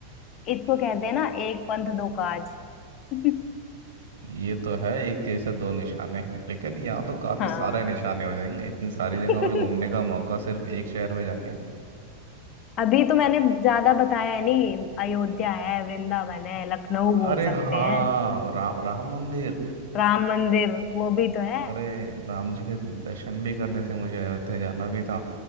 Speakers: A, on the left; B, on the right.
A: इसको कहते हैं ना एक पंथ दो काज <laughs>
B: ये तो है एक तीर से दो निशाने हैं लेकिन यहाँ तो काफी
A: हाँ
B: सारे निशाने हो जाएंगे इतनी सारी
A: <laughs>
B: जगह में घूमने का मौका सिर्फ एक शहर में जाके
A: अभी तो मैंने ज्यादा बताया नहीं अयोध्या है वृंदावन है लखनऊ
B: अरे
A: घूम
B: हाँ
A: सकते हैं
B: रा, राम मंदिर
A: राम मंदिर वो भी तो है
B: अरे राम जी के दर्शन भी करने थे मुझे अयोध्या जाना भी था